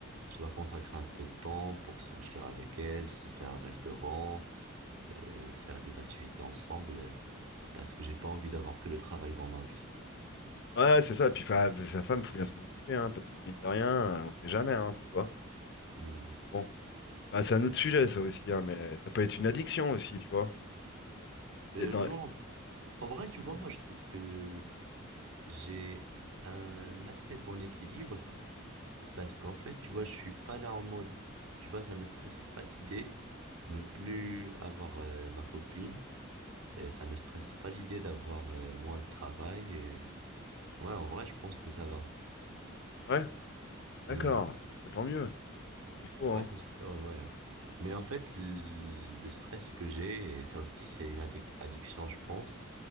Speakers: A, on the right (about 75°); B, on the left (about 55°).
A: je dois consacrer un peu de temps pour sortir avec elle, se faire un restaurant, euh, faire des activités ensemble, euh, parce que j'ai pas envie d'avoir que le travail dans ma vie.
B: Ouais, ouais, c'est ça. Puis fa- sa femme, faut bien s'en occuper, hein, parce que mine de rien, euh, on sait jamais, hein, tu vois.
A: Hmm.
B: Bon, Enfin, c'est un autre sujet, ça aussi, hein, mais ça peut être une addiction aussi, tu vois. Il
A: Euh,
B: y a dans-
A: non, en vrai, tu vois, moi, je trouve que j'ai un assez bon équilibre parce qu'en fait, tu vois, je suis pas là en mode, tu vois, ça me stresse pas l'idée de ne plus avoir euh, ma copine et ça me stresse pas l'idée d'avoir euh, moins de travail. et- Ouais, en vrai, je pense que ça va.
B: Ouais, d'accord.
A: Hmm.
B: Bah, tant mieux, c'est ce qu'il faut,
A: Ouais,
B: hein.
A: c'est sûr, ouais. ouais. ouais. Mais en fait, l- le stress que j'ai, et ça aussi, c'est une addic- addiction, je pense,